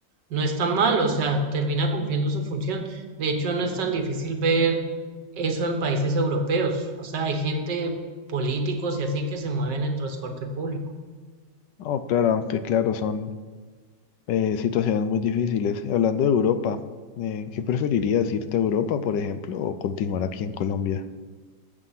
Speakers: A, on the right; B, on the left.
A: no es tan mal, o sea, termina cumpliendo su función. De hecho, no es tan difícil ver eso en países europeos, o sea, hay gente, políticos y así que se mueven en transporte público.
B: Oh, claro, aunque claro, son eh, situaciones muy difíciles. Y Hablando de Europa, eh, ¿qué preferirías? ¿Irte a Europa, por ejemplo, o continuar aquí en Colombia?